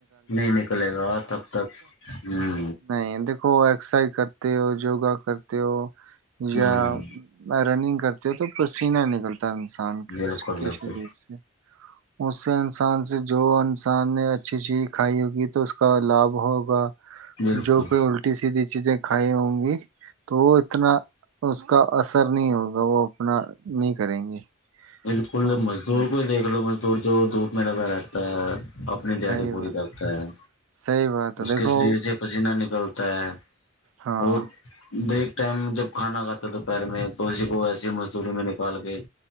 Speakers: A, on the left; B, on the right.
A: نہیں نکلے گا تب تک ہ
B: نہیں دیکھو ایکسر س کر تے ہو یوگا کرتے ہو یا
A: ہوں
B: رننگ کرتے تو پسینہ نکلتا انسان
A: بالکل
B: کے
A: بالکل
B: شریر سے اس سے انسان سے جو انسان نے اچھی چیز کھائی ہوگی تو اس کا لابھ ہوگا
A: بالکل
B: جو کوئی الٹی سیدھی چیزیں کھائی ہوں گی تو اتنا اس کا اثر نہیں ہوگا وہ اپنا نہیں کریں گے
A: بالکل
B: تو ہوں،
A: مزدور کو ہی دیکھ لو م تو جو دھپ میں لگا رہتا ہے اپنی دیاڑی
B: صحیح
A: پوری
B: بات
A: کرتا ہے
B: صحیح بات ہے
A: اس
B: دیکھو
A: کے شریر سے پسیینہ نکلتا ت
B: ہاں
A: اور دیک ٹائم جب کھانا کاتا تو پیر میں تو اسی کو ویسی مزدوری میں پال گئی